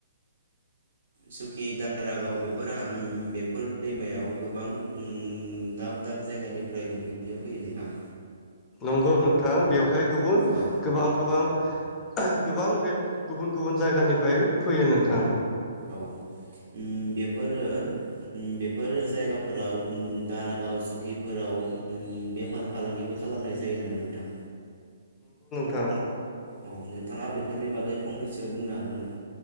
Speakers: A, on the right; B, on the left.
A: सुकि दारागाव बेफोर बेफोर दैमायाव गोबां ओं दाब दाब जायगानिफ्राय दुगैनो फैयो नोंथां।
B: नंगौ नोंथां बेयाव बेवहाय गुबुन
A: औ
B: गोबां गोबां। गोबां बे गुबुन गुबुन जायगानिफ्राय फैयो नोंथां।
A: औ ओम बेफोरो ओम बेफोरो जायगाफोराव ओम दारागाव सुकिफोराव ओम बेफार फालांगिबो खालामनाय जायो नामा नोंथां?
B: थाउ।
A: औ नोंथाङा बेफोरनि बागै फंनैसो बुंनो हागोन नामा?